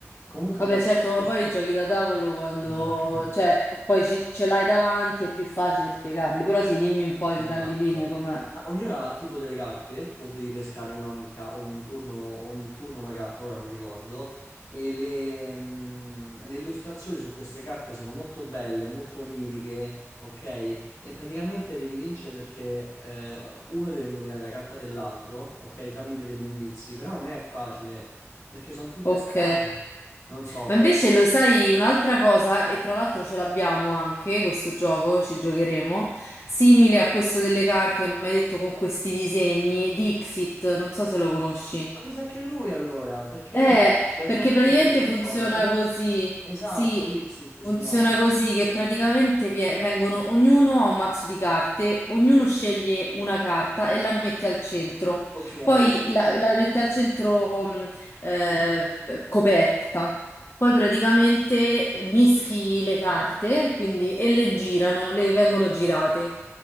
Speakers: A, on the left; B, on the left.
A: Comunque
B: Vabbè,
A: abbiamo
B: certo,
A: queste...
B: ma poi i giochi da tavolo quando,
A: Esatto.
B: cioè, poi ci- ce l'hai davanti è più facile spiegarli, però sì, dimmi un po'
A: Esatto.
B: in grandi linee com'è.
A: Ah, ognuno ha tipo delle carte, o devi pescare una ogni, ca- o un turno, ogni turno una carta, ora non ricordo. E le, mm, le illustrazioni su queste carte sono molto belle, molto oniriche, ok? E praticamente devi vincere perché eh, uno deve indovinare la carta dell'altro, ok? Tramite degli indizi, però non è facile, perché sono tutte
B: Ok.
A: strane. Non so,
B: Ma
A: può
B: invece
A: essere.
B: lo sai un'altra cosa, e tra l'altro ce l'abbiamo anche questo gioco, ci giocheremo, simile a questo delle carte che mi hai detto con questi disegni, Dixit, non so se lo conosci.
A: Ma mi sa che è lui allora, perché
B: Eh,
A: io non... è un
B: perché
A: po' simile
B: praticamente
A: come
B: funziona
A: cosa, eh?
B: così,
A: Esatto,
B: sì,
A: Dixit
B: funziona
A: si chiama.
B: così che praticamente vie- vengono, ognuno ha un mazzo di carte, ognuno sceglie una carta e la mette al centro,
A: Ok, che
B: poi la, la mette al centro mh, eh, coperta, poi praticamente mischi le carte, quindi, e le girano, le vengono girate.